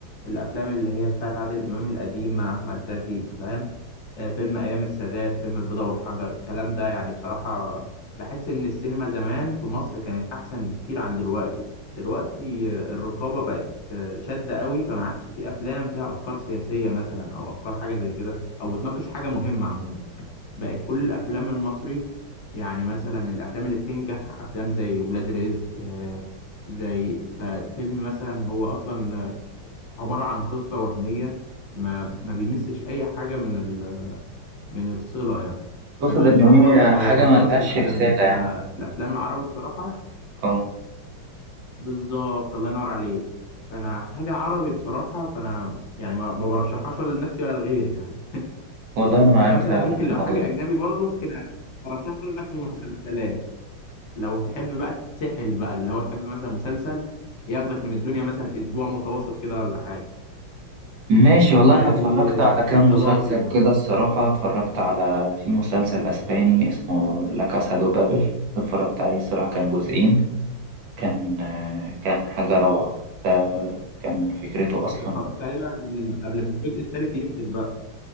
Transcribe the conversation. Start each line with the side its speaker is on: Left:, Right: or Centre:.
Left: الافلام اللي هي بتاعت عادل امام القديم مع احمد زكي انت فاهم آه، فيلم ايام السادات فيلم البيضة والحجر الكلام ده يعني بصراحة بحس ان السينما زمان في مصر كانت احسن بكتير عن دلوقتي دلوقتي آه، الرقابة بقت آه، شادة قوي فما عادش في افلام فيها افكار سياسية مثلا او افكار حاجة زي كده او بتناقش حاجة مهمة عموما بقت كل الافلام المصري يعني مثلا الافلام اللي بتنجح افلام زي ولاد رزق آه، زي ففيلم مثلا هو اصلا عبارة عن قصة وهمية ما ما بيمسش أي حاجة من ال... من الصلة يعني
Right: تقصد
Left: فأنا
Right: إن
Left: بصراحة
Right: هي
Left: ما ب- ما
Right: حاجة
Left: بفضلش
Right: ملهاش
Left: الأفلام
Right: رسالة
Left: دي فأنا
Right: يعني
Left: الأفلام العربي بصراحة
Right: أه
Left: بالظبط الله ينور عليك فأنا حاجة عربي بصراحة فأنا يعني ما, ما برشحهاش ولا لنفسي ولا لغيري يعني
Right: والله أنا معاك
Left: فمثلا
Right: فعلا
Left: ممكن
Right: في
Left: لو
Right: الموضوع
Left: حاجة
Right: ده
Left: أجنبي برضو ممكن أرشح لك مسلسلات لو تحب بقى تتسحل بقى اللي هو تحب مثلا مسلسل ياخدك من الدنيا مثلا أسبوع متواصل كده ولا حاجة
Right: ماشي والله
Left: فدي
Right: أنا اتفرجت على
Left: تفضيلاتي
Right: كام مسلسل
Left: يعني
Right: كده الصراحة اتفرجت على في مسلسل أسباني اسمه لا كاسا دو بابل اتفرجت عليه الصراحة كان جزئين كان آه، كان حاجة روعة ده كان فكرته أصلا
Left: اتفرجت عليه بقى قبل ما قبل ما الجزء التالت ينزل بقى